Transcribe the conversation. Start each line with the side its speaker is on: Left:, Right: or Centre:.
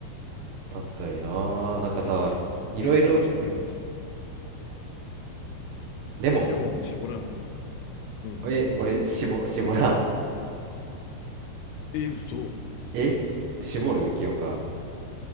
Right: パッタイなーなんかさいろいろん
Left: え、レモン絞るよね。
Right: レモ
Left: レモン絞らないうん、
Right: ンえ俺絞絞らん
Left: パッタイ。え、嘘。
Right: え絞る清香